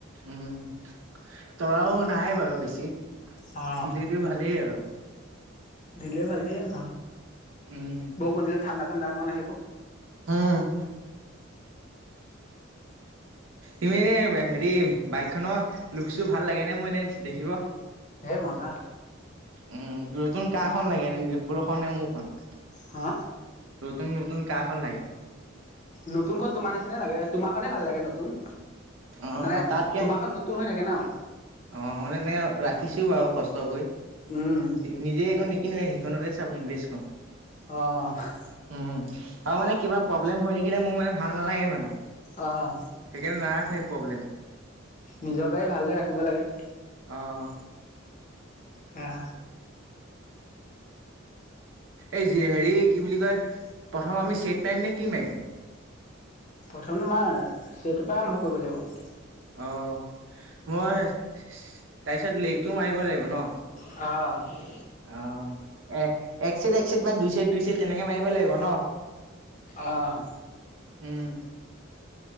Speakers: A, on the right; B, on the left.
A: উম', তৰাও নাই বাৰু বেছি দিলেটো
B: অ
A: ভালেই আৰু
B: দিলে। ভালেই আ,
A: উম',
B: বৰষুনণ দিলে ঠাণ্ডা ঠাণ্ডা অকমান আহিব।
A: উম', তুমি এনে হেৰি বাইক খনৰ লুকচটো ভাল লাগে নে, মোৰ এনে দেখিব?
B: এই মজা
A: উম', নতুন কাৰখন লাগে নিলোপ্পলখন নে মোৰখন?
B: হা
A: নতুন নতুন কাৰ খন লাগে?
B: নতুনখন তোমাৰ নিচিনা লাগে। তোমাৰখনে ভাল লাগে, নতুন
A: অ'
B: মানে
A: তাতকে
B: তোমাৰখন নত তুন হৈ থাকে ন?
A: অ', মানে মই তেনেকে ৰাখিছোও বাৰু কষ্ট কৰি
B: উম',
A: নিজে একো নিকিনোৱে সেইখনতে চাব ইনভেষ্ট কৰো।
B: অ',
A: উম', আৰু মানে কিবা প্ৰব্লেম হৈ থাকিলে, মোৰ মানে ভাল নালাগে মানে
B: অ',
A: সেইকাৰণে নাৰাখোৱে প্ৰব্লেম
B: নিজৰ গাড়ী ভালদৰে ৰাখিব লাগে।
A: অ',
B: সেয়া
A: এই হেৰি কি বুলি কয়। প্ৰথম আমি চেট মাৰিম নে কি মাৰিম।
B: প্ৰথম মাৰ চেটৰ পা আৰম্ভ কৰিব লাগিব।
A: অ', মই তাৰিত লেকটো মাৰিব লাগিব ন।
B: অ',
A: অ', এ', এক চড এক চছেড বা দুই চছেড দুই চছেট তেনেকে মাৰিব লাগিব ন।
B: অ',
A: উম',